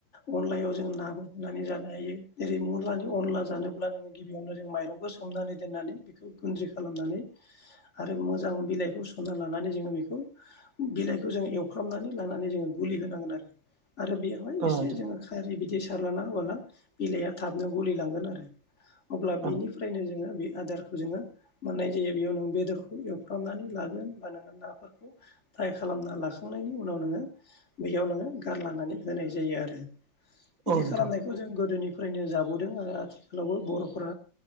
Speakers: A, on the left; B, on the right.
A: अनलायाव जों नाखौ होनानै जानो हायो। जेरै मुलानि अनला जानोब्ला नोङो गिबियावनो जों माइरंखौ सोमनानै दोननानै बेखौ गुन्द्रि खालामनानै आरो मोजां बिलाइखौ सं लानानै जोङो बेखौ बिलाइखौ जोङो एवफ्रामनानै लानानै जोङो गुलि होनांगोन आरो आरो बेयावहाय
B: औ
A: एसे
B: नोंथां
A: जोङो खारि बिदि स सारलाना अला बिलाइआ थाबनो गलिलांगोन आरो अब्ला
B: औ
A: बेनिफ्रायनो जोङो बे आदारखौ जोङो मोननाय जायो बेयाव ननोङो बेदरखौ एवफ्रामनानै लागोन होनबा नोङो नाफोरखौ फ्राय खालामना लाखांनायनि उनाव नोङो बैयाव नोङो गारलनानै होनाय जायो आरो। बिदि
B: औ नोंथां
A: खालामनायखौ जों गोदोनिफ्रायनो जाबोदों आरो आथिखालावबो बर'